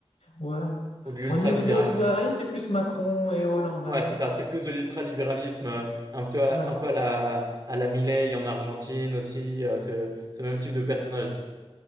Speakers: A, on the left; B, on the right.
A: Ouais.
B: ou de l'ultralibéralisme.
A: Ouais, néo- néolibéralisme, c'est plus Macron et Hollande,
B: Ouais,
A: hein,
B: c'est
A: non
B: ça, c'est plus de l'ultralibéralisme euh, un peu à,
A: Voilà.
B: un peu à la à la Milei en Argentine aussi euh, ce, ce même type de personnage.